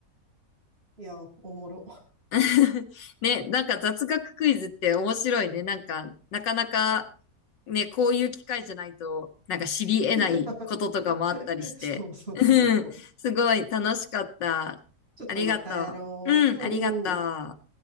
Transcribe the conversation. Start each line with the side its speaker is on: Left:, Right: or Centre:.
Right: いや、おもろ。
Left: <laughs> ね、なんか雑学クイズって面白いね。なんか、なかなかね、こういう機会じゃないと、なんか知り得ないこととかもあったりして。
Right: <laughs> そうそうそうそう。
Left: <laughs> うん、すごい楽しかった。
Right: ちょっとまたやろう。
Left: ありがとう。うん、
Right: うんうん。
Left: ありがとう。